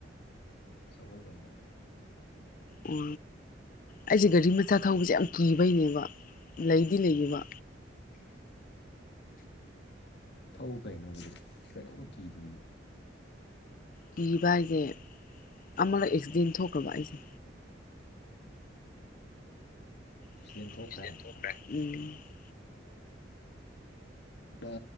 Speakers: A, on the left; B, on the left.
A: ꯁꯒꯣꯜꯕꯟꯗ
B: ꯑꯣ ꯑꯩꯁꯦ ꯒꯥꯔꯤ ꯃꯆꯥ ꯊꯧꯕꯁꯦ ꯌꯥꯝ ꯀꯤꯕꯩꯅꯦꯕ ꯂꯩꯗꯤ ꯂꯩꯌꯦꯕ
A: ꯊꯧ ꯀꯩꯅꯣ ꯑꯗꯨꯗ ꯀꯩꯗꯧꯕꯩ ꯀꯤꯗꯣꯔꯤꯒꯦ
B: ꯀꯤꯕ ꯍꯥꯏꯁꯦ ꯑꯃꯔꯛ ꯑꯦꯛꯁꯤꯗꯦꯟ ꯊꯣꯛꯈ꯭ꯔꯕ ꯑꯩꯁꯦ
A: ꯑꯦꯛꯁꯤꯗꯦꯟ
B: ꯦ
A: ꯊꯣꯛꯈ꯭꯭ꯔꯦ
B: ꯎꯝ
A: ꯑ